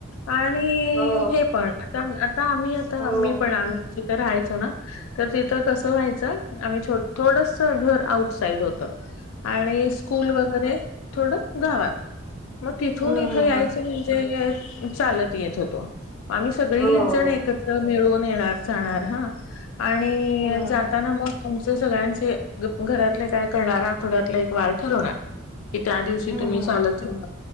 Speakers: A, on the left; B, in the centre.
A: आणि
B: हो
A: हे पण आता आता आम्ही आता
B: हो हो हो हो
A: मी पण आम्ही जिथं राहायचो ना तर तिथं कसं व्हायचं आम्ही थोडस घर आउट साईड होतं. आणि स्कूल वगैरे थोडं गावात. मग तिथून
B: हम्म
A: इथं
B: हम्म
A: यायचं
B: हम्म
A: म्हणजे चालत येत होतो आम्ही सगळीच
B: हम्म हो हो
A: जण एकत्र मिळून येणार जाणार ह. आणि
B: हम्म
A: जाताना मग आमचे सगळ्यांचे घरातले काय करणार आववड्यातला एक वार ठरवणार की त्या दिवशी
B: हम्म
A: तुम्ही चालत येऊ नका